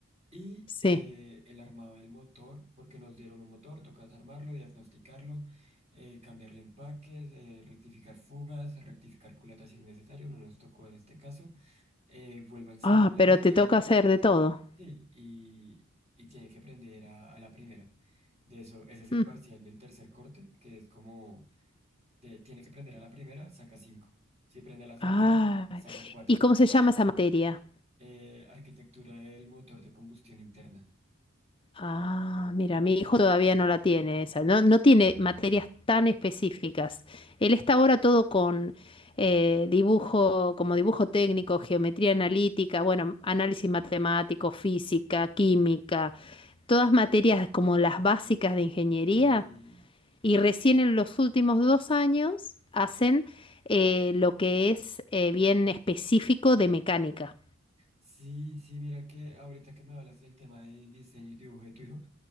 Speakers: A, on the right (about 30°); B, on the left (about 25°).
A: Y
B: sí.
A: eh, él armaba el motor, porque nos dieron un motor, tocas armarlo, diagnosticarlo, eh, cambiarle empaques, eh, rectificar fugas, rectificar culatas si es necesario, no nos tocó en este caso. Eh, vuelve a ensamblar
B: Ah, pero
A: y,
B: te toca hacer de todo.
A: sí, y, y tiene que aprender a, a la primera. De eso, ese es el
B: Mm.
A: parcial del tercer corte, que es como, te- tiene que prender a la primera, saca cinco. Si prende a la segunda,
B: Ah.
A: saca cuatro.
B: ¿Y cómo se llama esa materia?
A: Eh, arquitectura del motor de combustión interna.
B: Ah, mira, mi hijo todavía no la tiene esa, no, no tiene materias tan específicas. Él está ahora todo con eh, dibujo, como dibujo técnico, geometría analítica, bueno, análisis matemático, física, química, todas materias como las básicas de ingeniería.
A: Sí.
B: Y recién en los últimos dos años hacen eh, lo que es eh, bien específico de mecánica.
A: Sí, sí, mira que ahorita que me hablas del tema de diseño y dibujo de tu hijo,